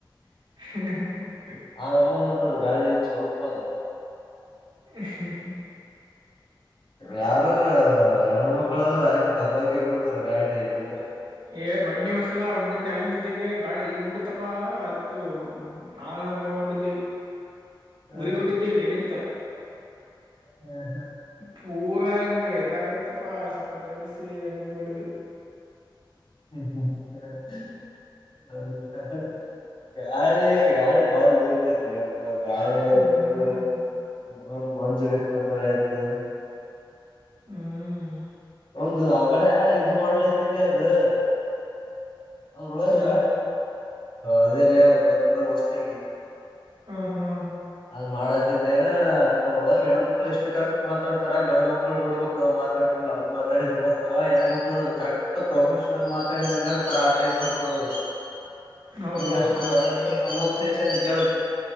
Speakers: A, on the right (about 80°); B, on the left (about 85°).
A: ಹ <inaudible>
B: ಆರ ಅವನು ಉಂಟದ ಗಾಳಿ ಏನ್ ಸ್ವಲ್ಪ ಅದ.
A: ಹ್ಮ ಹ್ಮ
B: ಯಾರ ರಾ ಹೆಣ್ಮಕ್ಳಾದ್ರ ಆಯ್ತು ಡಬ್ಬಕಿ ಬಿಡ್ತರ ಗಾಡಿ ನಿ
A: ಏ ಬ್ಣಿ ಮಸಾಲ ಒಂಡದ್ದ ಅಲ್ಲಿದ್ದಗೆ ಗಾಳಿ ಜಗ್ಗಿ ಬಿಟ್ಟತ್ತಪ್ಪಾ ತು ನಾನ್ ನಮ್ಮವ್ವ ಉಂಡಿದ್ವಿ
B: ಹ್ಮ್
A: ಊರಿಗೆ ಹೊಂಟಿದ್ವಿ ಇಲ್ಲಿಂತ.
B: ಹ್ಮ್
A: ಪೂರಾ ಹಿಂಗ ಇಡ್ಲಕತ್ತೆಪ ಸ್ವಲ್ಪೋತ್ ಇಲ್ಸಿ ಎಂಗ ಬಡಿದ್ವಿ.
B: ಹ್ಮ್ ಹ್ಮ್ <unintelligible> ಹ ಗಾಳಿ <inaudible> ಗಾಳಿ ಬಾಳ ಡೇಂಜರ್ ಲೆ ಎಪ್ಪ ಗಾಳಿ ಆಯ್ತು
A: ಹ್ಮ್
B: ಮ ಮಂಜ್ ಬಿತ್ತಂದ್ರಾಯ್ತು.
A: ಹ್ಮ್ <inaudible>
B: ಒಂದು ಆಗಳೇ ಇದು ಮಾಡ್ಲತಿದ್ದ್ಯಾ ಅದು <unintelligible> ಅದ್ರೊಳಗ
A: ಏನ್
B: ಅದೇಲೆ ಬಂದ್ದಲ್ ಹೊಸದಾಗಿ
A: ಹ್ಮ್ ಹ್ಮ್
B: ಅದ್ ಮಾಡದಿದ್ದೆ ಅದ್ರೊಳಗ ಹೆಣ್ಮಕ್ಳು ಎಷ್ಟು ಕರೆಕ್ಟ್ ಮಾತಾಡ್ತಾರ ಗಣ ಮಕ್ಳು ನೋಡ್ಬೇಕಕ್ ನಾವು ಮಾತಾಡ್ತಿವಲ್ಲ ಅಂಗ್ ಮಾತಾಡಿದ ಬರ್ತವ ಹೆಣ್ಮಕ್ಳ ಕರೆಕ್ಟ್ ಪ್ರೊಫೆಷನಲ್ ಮಾತಾಡಿದಂಗಡ್ತರ ಆಟೈಪ್ ಬರ್ತವವ್.
A: ಹೌದೌದ
B: ಹಂಗೆ ಅಷ್ಟು ಕರೆಕ್ಟ್
A: ನೋಡೀನಿ
B: ಪ್ರೊನೌನ್ಸಿಯೇಷನ್ ಕೇಳುತ್